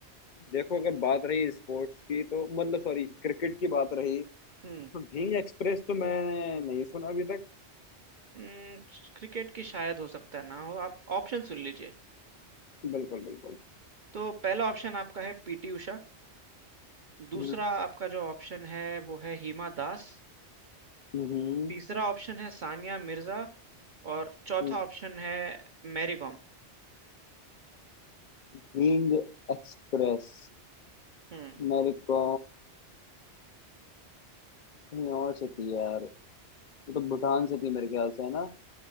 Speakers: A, on the left (about 50°); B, on the right (about 50°).
A: देखो अगर बात रही स्पोर्ट्स की तो मतलब सॉरी क्रिकेट की बात रही
B: हम्म
A: तो ढींग एक्सप्रेस तो मैंने नहीं सुना अभी तक
B: हम्म, क्रिकेट की शायद हो सकता है ना हो आप ऑप्शन सुन लीजिए
A: बिल्कुल बिल्कुल
B: तो पहला ऑप्शन आपका है पीटी उषा दूसरा
A: हम्म,
B: आपका जो ऑप्शन है वो है हिमा दास
A: हम्म,
B: तीसरा ऑप्शन है सानिया मिर्जा और चौथा
A: हम्म।
B: ऑप्शन है मैरी कॉम
A: ढींग एक्सप्रेस
B: हम्म
A: मेरे को कहीं और से थी यार वो तो भूटान से थी मेरे ख्याल से है ना